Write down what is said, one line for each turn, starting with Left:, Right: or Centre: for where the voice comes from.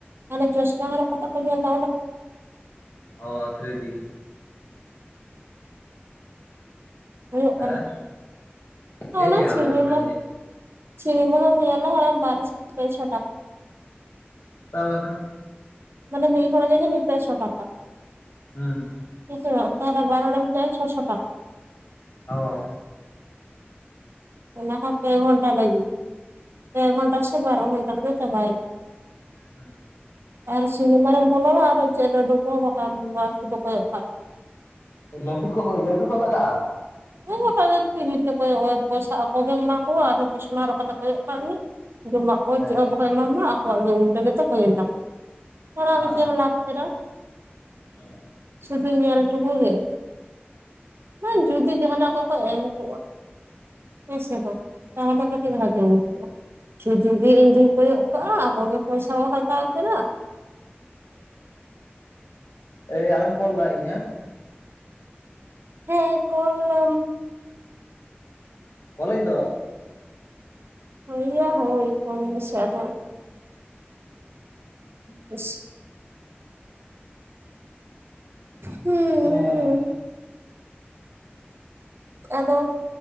Right: ᱦᱟᱱᱮ ᱪᱮᱥᱴᱟ ᱦᱚᱨᱚᱜ ᱠᱟᱛᱮᱜ ᱠᱚ ᱧᱮᱞ ᱫᱚ ᱚᱱᱟ?
Left: ᱦᱚ ᱛᱷᱨᱤ ᱰᱤ
Right: ᱦᱩᱭᱩᱜ ᱠᱟᱱᱟ
Left: ᱦᱮᱸ ᱦᱮᱸ
Right: ᱚᱱᱟ ᱥᱤᱱᱤᱢᱟ
Left: ᱦᱩᱭᱩᱜ ᱠᱟᱱᱟ ᱤᱧᱟᱹᱜ
Right: ᱥᱤᱱᱤᱢᱟ ᱦᱚᱸᱞ ᱧᱮᱞᱟ ᱚᱱᱟ ᱵᱟᱨᱚᱥᱚ ᱯᱮᱥᱚ ᱴᱟᱠᱟ
Left: ᱛᱟᱣ ᱵᱟᱠᱷᱟᱱ
Right: ᱡᱟᱱᱮ ᱢᱤᱫ ᱦᱚᱱ ᱜᱮ ᱡᱟᱹᱱᱤᱡ ᱯᱮ ᱥᱚ ᱴᱟᱠᱟ?
Left: ᱦᱩᱸ
Right: ᱦᱮᱸ ᱥᱮ ᱵᱟᱝ ᱛᱟᱦᱞᱮ ᱵᱟᱨ‌ ᱦᱚᱬᱮᱢ ᱪᱟᱜᱼᱟ ᱪᱷᱚᱥᱚ ᱴᱟᱠᱟ᱾
Left: ᱚ
Right: ᱚᱱᱟ ᱦᱚᱸ ᱯᱮ ᱜᱷᱚᱱᱴᱟ ᱞᱟᱹᱜᱤᱫ ᱯᱮ ᱜᱷᱚᱱᱴᱟ ᱥᱮ ᱵᱟᱨᱚ ᱜᱷᱚᱱᱴᱟ ᱨᱮᱜᱮ ᱪᱟᱵᱟᱭᱮᱱᱟ᱾
Left: ᱦᱩᱸ
Right: ᱟᱨ ᱥᱤᱱᱤᱢᱟ ᱨᱮᱢ ᱵᱚᱞᱣᱟ ᱟᱨ ᱪᱮᱫ <unintelligible> ᱥᱩᱫᱷᱩ ᱠᱚᱭᱚᱜ ᱠᱟᱜ
Left: ᱦᱩᱸ ᱜᱚᱝᱠᱮ ᱠᱚᱦᱚᱸ ᱞᱟᱹᱰᱩ ᱠᱚ ᱞᱟᱜᱟᱜᱼᱟ?
Right: ᱦᱚᱭ ᱵᱟᱠᱷᱟᱡ ᱫᱚ ᱯᱷᱤᱨᱤ ᱛᱮ ᱠᱚᱭᱚᱜ ᱮ ᱯᱚᱭᱥᱟ ᱟᱠᱚᱜᱮᱢ ᱮᱢᱟ ᱠᱚᱣᱟ ᱟᱨ ᱪᱚᱥᱢᱟ ᱦᱚᱨᱚᱜ ᱠᱟᱛᱮ ᱠᱚᱭᱚᱜ ᱠᱟᱫᱜ ᱢᱮ ᱡᱚᱢᱟᱜ ᱠᱚ
Left: ᱦᱮᱸ
Right: ᱪᱮᱫ ᱦᱚᱸᱠᱚ ᱮᱢᱟᱢᱟ ᱟᱠᱚᱣᱟᱜ ᱜᱮ ᱩᱞᱴᱟᱹ ᱜᱮᱛᱚ ᱦᱩᱭᱮᱱ ᱛᱟᱠᱚᱣᱟ <unintelligible> ᱫᱚ
Left: ᱚ
Right: ᱪᱮᱫ ᱮᱢ ᱞᱟᱵᱷ ᱠᱮᱫᱟ᱾
Left: ᱦᱩᱸ
Right: ᱥᱮ ᱧᱮᱞ ᱴᱩᱠᱩ ᱜᱮ ᱵᱟᱝ ᱡᱩ ᱫᱤ ᱡᱟᱦᱟᱱᱟᱜ ᱠᱚᱠᱚ ᱮᱢ ᱠᱚᱜᱼᱟ ᱦᱮᱸ ᱥᱮ ᱵᱟᱝ ᱛᱟᱦᱚᱞᱮ ᱠᱟᱹᱴᱤᱡ
Left: ᱦᱩᱸ
Right: ᱵᱷᱟᱜᱤ ᱵᱩᱡ ᱠᱚᱜᱼᱟ ᱾ ᱥᱩᱫᱷᱩ ᱜᱮ ᱤᱧ ᱫᱩᱧ ᱠᱚᱭᱚᱜ ᱠᱟᱜᱼᱟ ᱟᱠᱚᱜᱮ ᱯᱚᱭᱥᱟ ᱠᱚ ᱦᱟᱛᱟᱣ ᱠᱟᱫᱟ <inaudible>
Left: ᱮᱭ ᱟᱨᱚᱧ ᱠᱚᱞ ᱮᱫᱟ ᱤᱧ ᱦᱮᱸ?
Right: ᱦᱮᱸ ᱠᱚᱞ ᱞᱮᱢ
Left: ᱠᱚᱞᱟᱹᱧ ᱛᱚ
Right: ᱦᱳᱭ ᱭᱟ ᱦᱳᱭ ᱠᱚᱞ ᱢᱮᱥᱮ ᱟᱨᱚ <unintelligible> ᱦᱩᱸ
Left: ᱦᱮᱸᱻ᱾
Right: ᱟᱫᱚ,